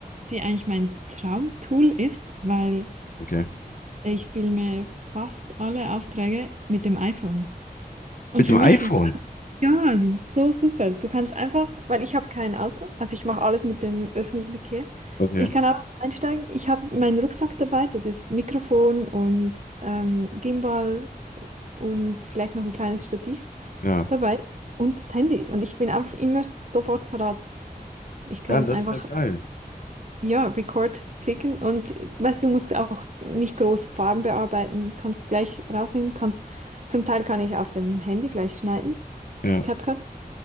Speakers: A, on the right (about 50°); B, on the left (about 65°).
A: die eigentlich mein Traumtool ist, weil
B: Okay.
A: ich filme fast alle Aufträge mit dem iPhone. Und
B: Mit
A: für
B: dem
A: mich
B: iPhone.
A: ist Ja, das ist so super. Du kannst einfach, weil ich habe kein Auto, also ich mache alles mit dem öffentlichen Verkehr.
B: Okay.
A: Ich kann einfach einsteigen. Ich habe meinen Rucksack dabei, so das Mikrofon und ähm, Gimbal und vielleicht noch ein kleines Stativ
B: Ja.
A: dabei und das Handy. Und ich bin einfach immer sofort parat. Ich kann
B: Ja, das
A: einfach,
B: ist halt geil.
A: ja, Record klicken und weißt, du musst auch nicht groß Farben bearbeiten, kannst gleich rausnehmen, kannst, zum Teil kann ich auf dem Handy gleich schneiden.
B: Ja,
A: CapCut.